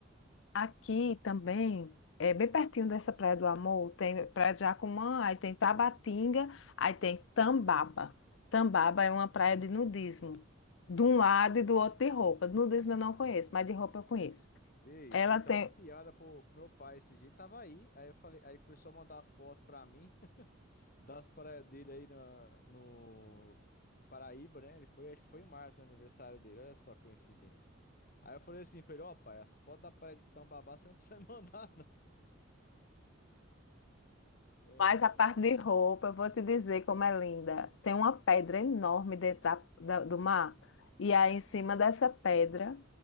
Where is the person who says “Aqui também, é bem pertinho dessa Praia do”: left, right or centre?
Left